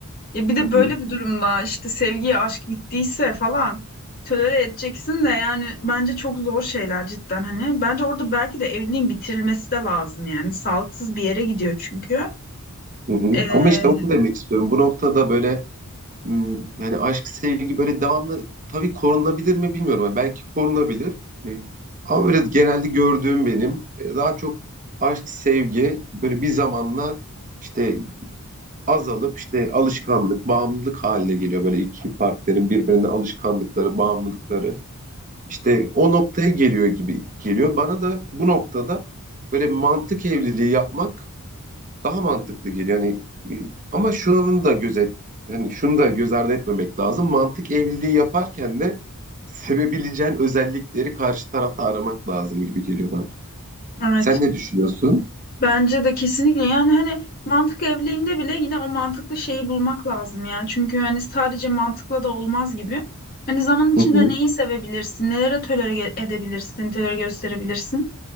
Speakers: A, on the left (about 40°); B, on the right (about 35°).
A: Ya bir de
B: Hı hı,
A: böyle bir durumda işte sevgi, aşk bittiyse falan tölere edeceksin de yani bence çok zor şeyler cidden hani. Bence orada belki de evliliğin bitirilmesi de lazım yani. Sağlıksız bir yere gidiyor çünkü.
B: hı hı.
A: Ee,
B: Ama işte onu demek istiyorum. Bu noktada böyle Hmm, Yani aşk, sevgi böyle devamlı tabii korunabilir mi bilmiyorum. Yani Belki korunabilir. Hani Ama böyle genelde gördüğüm benim e, daha çok aşk, sevgi böyle bir zamanla işte azalıp işte alışkanlık, bağımlılık haline geliyor. Böyle iki partnerin birbirine alışkanlıkları, bağımlılıkları işte o noktaya geliyor gibi geliyor. Bana da bu noktada böyle mantık evliliği yapmak daha mantıklı geliyor. yani e, ama şunun da gözet yani şunu da göz ardı etmemek lazım. Mantık evliliği yaparken de sevebileceğin özellikleri karşı tarafta aramak lazım gibi geliyor bana.
A: evet.
B: Sen ne düşünüyorsun?
A: Bence de kesinlikle yani hani mantık evliliğinde bile yine o mantıklı şeyi bulmak lazım yani. Çünkü hani sadece mantıkla da olmaz gibi. Hani zaman içinde
B: Hı hı,
A: neyi sevebilirsin, nelere tolere ge- edebilirsin, tolere gösterebilirsin.